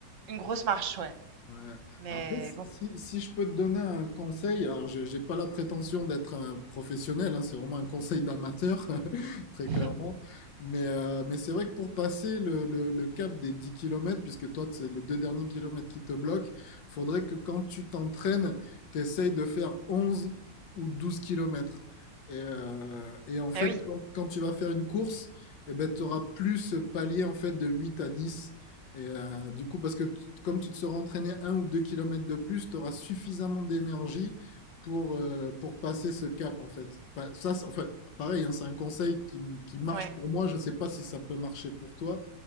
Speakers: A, on the right; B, on the left.
A: une grosse marche, ouais.
B: Ouais.
A: Mais
B: Après, si,
A: bon.
B: si je peux te donner un conseil, alors je n'ai pas la prétention d'être un professionnel, hein, c'est vraiment un conseil d'amateur, <laughs> très
A: <laughs>
B: clairement, mais, euh, mais c'est vrai que pour passer le, le- le cap des 10 kilomètres, puisque toi, c'est les deux derniers kilomètres qui te bloquent, faudrait que quand tu t'entraînes, tu essayes de faire onze ou douze kilomètres. Et, euh, et en fait,
A: Ah oui,
B: quand, quand tu vas faire une course, eh ben, tu auras plus ce palier en fait, de 8 à 10. Et euh, du coup, parce que t- comme tu te seras entraîné un ou deux kilomètres de plus, tu auras suffisamment d'énergie pour, euh, pour passer ce cap, en fait. Enfin, ça, c'est- en fait, pareil, hein, c'est un conseil qui, m- qui marche
A: ouais,
B: pour moi. Je ne sais pas si ça peut marcher pour toi,